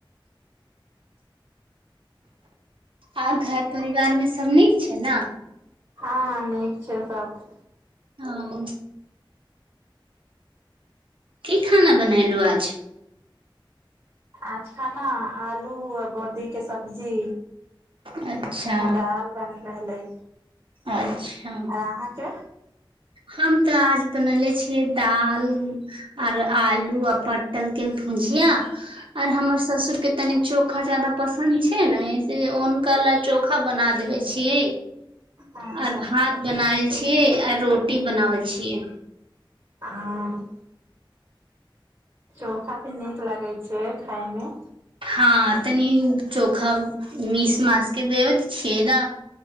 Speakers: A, on the right; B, on the right.
A: आर घर परिवार मे सब नीक छैय ने?
B: आ नीक छैय सब।
A: ओ की खाना बनेलहु आज?
B: आच खाना आलु आ बोदी के सब्जी
A: अच्छा
B: आ दाल। बनि रहलै।
A: अच्छा
B: आर अहाँके?
A: हम तऽ आज बनले छियै दाल आओर आलु आ पटलके भुजिया आर हमर ससुर के तनि चोखा जादा पसन्द छैय ने से हुनक ला चोखा चोखा बना देबै छीयै।
B: अच्छा
A: आऔर भात बनाएल छीयै आ रोटी बनावल छीयै।
B: हाँ चोखा भी नीक लगै छै खायमे
A: हँ तनी चोखा मिस मासके देब तऽ छ ने